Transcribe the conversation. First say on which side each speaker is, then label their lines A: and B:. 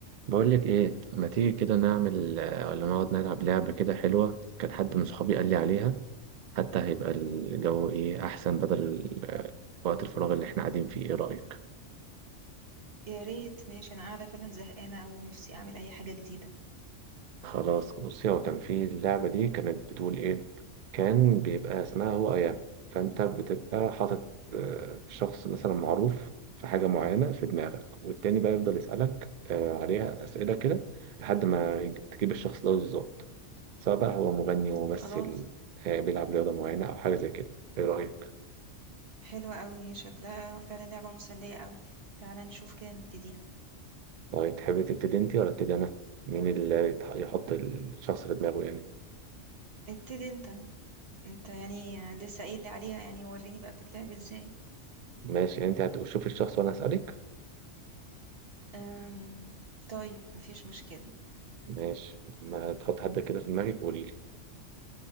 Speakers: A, on the right; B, on the right.
A: بقول لك ايه ما تيجي كده نعمل آه، ولا نقعد نلعب لعبة كده حلوة كان حد من صحابي قال لي عليها حتى هيبقى الجو ايه احسن بدل آه، وقت الفراغ اللي احنا قاعدين فيه ايه رأيك
B: يا ريت ماشي انا قاعده فعلا زهقانه قوي ونفسي اعمل اي حاجه جديده
A: خلاص بصي هو كان في اللعبة دي كانت بتقول إيه كان بيبقى اسمها هو أيام فأنت بتبقى حاطط
B: مم.
A: آه، شخص مثلا معروف في حاجة معينة في دماغك والتاني بقى يفضل يسألك آه، عليها أسئلة كده لحد ما يج- تجيب الشخص ده بالظبط سواء بقى هو مغني ممثل
B: خلاص
A: آه، بيلعب رياضة معينة أو حاجة زي كده إيه رأيك؟
B: حلوه قوي شكلها فعلا لعبه مسليه قوي تعالى نشوف كده نبتديها
A: طيب تحبي تبتدي أنت ولا أبتدي أنا؟ مين اللي يتح- يحط الشخص في دماغه يعني؟
B: ابتدي انت انت يعني لسه قايل لي عليها يعني وريني بقى بتتلعب ازاي
A: ماشي يعني أنت هتشوفي الشخص وأنا هسألك
B: أم... طيب مفيش مشكله
A: ماشي لما تحط حد كده في دماغك قولي لي